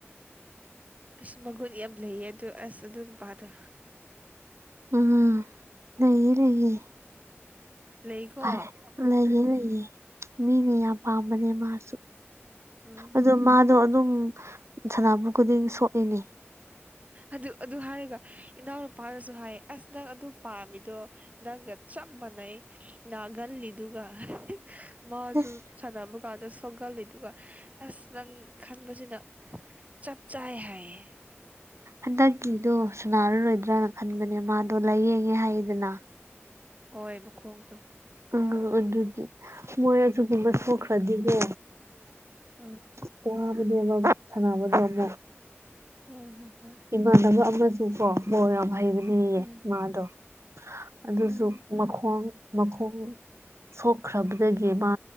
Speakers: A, on the right; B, on the right.
A: ꯑꯁ ꯃꯒꯨꯟ ꯌꯥꯝ ꯂꯩꯌꯦ ꯑꯗꯣ ꯑꯁ ꯑꯗꯨ ꯅꯨꯄꯥꯗ
B: ꯎꯝ ꯂꯩꯌꯦ ꯂꯩꯌꯦ
A: ꯂꯩꯀꯣ
B: ꯐꯔꯦ ꯂꯩ ꯂꯩꯌꯦ ꯃꯤꯅ ꯌꯥ ꯄꯥꯝꯕꯅꯦ ꯃꯥꯁꯨꯨ
A: ꯎꯝ
B: ꯑꯗꯣ ꯃꯥꯗꯣ ꯑꯗꯨꯝ ꯁꯅꯥꯕ ꯈꯨꯗꯤꯡ ꯁꯣꯛꯑꯦꯅꯦ
A: ꯑꯗꯨ ꯑꯗꯨ ꯍꯥꯏꯔꯒ ꯏꯅꯥꯎꯅꯨꯄꯥꯅꯁꯨ ꯍꯥꯏ ꯑꯁ ꯅꯪ ꯑꯗꯨ ꯄꯥꯝꯃꯤꯗꯣ ꯅꯪꯒ ꯆꯞ ꯃꯅꯩ ꯅꯥꯒꯜꯂꯤꯗꯨꯒ ꯃꯥꯁꯨ
B: ꯑꯁ
A: ꯁꯥꯟꯅꯕ ꯀꯥꯟꯗ ꯁꯣꯛꯒꯜꯂꯤꯗꯨꯒ ꯑꯁ ꯅꯪ ꯈꯟꯕꯁꯤꯅ ꯆꯞ ꯆꯥꯏ ꯍꯥꯏꯌꯦ
B: ꯍꯟꯗꯛꯀꯤꯗꯣ ꯁꯟꯅꯔꯔꯣꯏꯗ꯭ꯔꯅ ꯈꯟꯕꯅꯦ ꯃꯥꯗꯣ ꯂꯥꯏꯌꯦꯡꯉꯦ ꯍꯥꯏꯌꯦꯗꯅ
A: ꯍꯣꯏ ꯃꯈꯣꯡꯗꯣ
B: ꯑ ꯑꯗꯨꯗꯤ ꯃꯣꯏ ꯑꯗꯨꯒꯨꯝꯕ ꯁꯣꯛꯈ꯭ꯔꯗꯤꯅꯦ
A: ꯑꯥ
B: ꯈꯔꯥ ꯋ꯭ꯕꯅꯦꯕ ꯁꯥꯟꯅꯕꯗꯣ ꯑꯃꯨꯛ
A: ꯑꯣ ꯍꯣꯏ ꯍꯣꯏ
B: ꯏꯃꯟꯅꯕ ꯑꯃꯁꯨꯀꯣ ꯕꯣꯜ ꯌꯥꯝ ꯍꯩꯕꯅꯤꯌꯦ
A: ꯎꯝ
B: ꯃꯥꯥꯗꯣ ꯑꯗꯨꯁꯨ
A: ꯎꯝ
B: ꯃꯈꯣꯡ ꯃꯈꯣꯡ ꯁꯣꯛꯈ꯭ꯔꯕꯗꯒꯤ ꯃꯥ